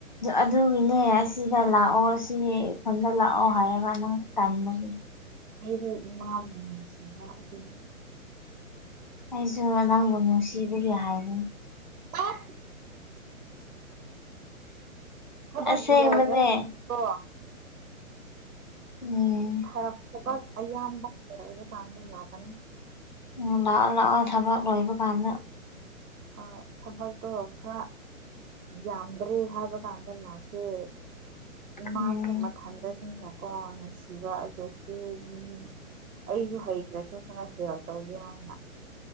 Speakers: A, on the left (about 35°); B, on the right (about 85°).
A: ꯑꯗꯨꯒꯤꯅꯦ ꯑꯁꯤꯗ ꯂꯥꯛꯑꯣ ꯁꯤ ꯁꯣꯝꯗ ꯂꯥꯛꯑꯣ ꯍꯥꯏꯔꯒ ꯅꯪ ꯇꯟꯕꯒꯤ
B: ꯑꯩꯗꯨ ꯏꯃꯥꯕꯨ ꯅꯨꯡꯁꯤꯡꯕ ꯑꯗꯨꯒꯤ
A: ꯑꯩꯁꯨ ꯅꯪꯕꯨ ꯅꯨꯡꯁꯤꯕꯒꯤ ꯍꯥꯏꯕꯅꯤ
B: ꯇꯠ ꯊꯕꯛ
A: ꯑꯁꯦꯡꯕꯅꯦ
B: ꯂꯣꯏꯔꯦ ꯑꯣ
A: ꯎꯝ
B: ꯊꯕꯛ ꯑꯌꯥꯝꯕ ꯂꯣꯏꯔꯀꯥꯟꯗ ꯂꯥꯛꯀꯅꯤ
A: ꯎꯪ ꯂꯥꯛꯑꯣ ꯂꯥꯛꯑꯣ ꯊꯕꯛ ꯂꯣꯏꯕ ꯀꯥꯟꯗ
B: ꯍꯣꯏ ꯊꯕꯛꯇꯣ ꯈꯔ ꯌꯥꯝꯗ꯭ꯔꯦ ꯍꯥꯏꯕ ꯀꯥꯟꯗ ꯂꯥꯛꯀꯦ ꯏꯃꯥꯁꯨ
A: ꯎꯝ
B: ꯃꯊꯟꯗꯅꯤꯅꯀꯣ ꯅꯨꯡꯁꯤꯕ ꯑꯗꯨꯁꯨ ꯃꯤ ꯑꯩꯁꯨ ꯍꯩꯇ꯭ꯔꯁꯨ ꯈꯔ ꯁꯤꯌꯔ ꯇꯧꯒꯦ ꯍꯥꯏꯅ